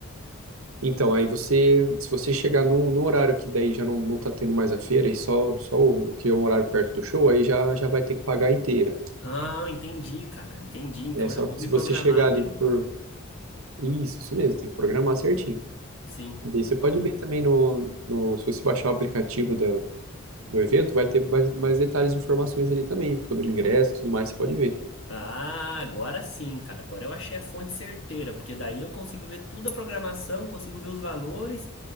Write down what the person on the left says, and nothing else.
Ah, entendi, cara. Entendi. Então
já vou
me
programar
pra...
Sim.
Ah, agora sim, cara. Agora eu achei a fonte certeira, porque daí eu consigo ver toda a programação, consigo ver os valores,